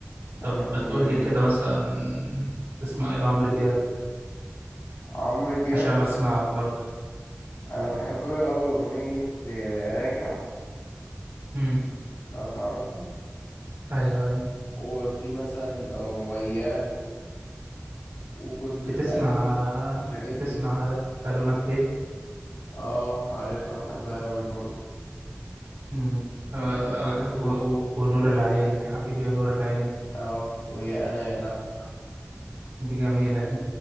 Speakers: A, on the left; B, on the right.
A: بحب
B: طب ما
A: منير
B: تقول لي كده مثلا تسمع ايه لعمرو دياب
A: عمرو دياب
B: عشان أنا بسمع له برضه
A: أنا بحب له أوي أغنية آه، راجع
B: امم
A: لو تعرفها
B: ايوه ايه
A: وفي مثلا وياه وكنت في
B: بتسمع
A: قلبي الحاجات
B: بتسمع
A: دي يعني.
B: الومك ليه
A: اه عارفها بحبها أوي برضو
B: امم آه،
A: وفي برضو
B: و- و- ونور العين حبيبي يا نور العين
A: اه ويا أنا يا لا
B: دي جميله دي